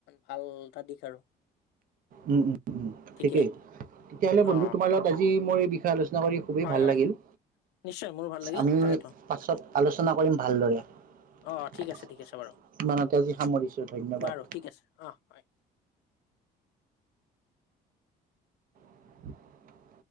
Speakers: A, on the left (about 80°); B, on the right (about 55°).
A: ভাল এটা দিশ আৰু।
B: উম উম উম
A: ঠিকে
B: ঠিকেই তেতিয়াহ'লে বন্ধু
A: অ
B: তোমাৰ লগত আজি মোৰ এই বিষয় আলোচ চনা কৰি খুবেই
A: হয়
B: ভাল
A: হয়
B: লাগিল।
A: নিশ্চয় মোৰো ভাল লাগিল
B: আমি
A: তাকেতো
B: পাছত আলোচনা কৰিম ভালদৰে।
A: অ ঠিক
B: ইমানতে
A: আছে ঠিক আছে বাৰু
B: আজি সামৰিছো ধন্যবাদ।
A: বাৰু ঠিক আছে অঁ হয়।
B: <inaudible>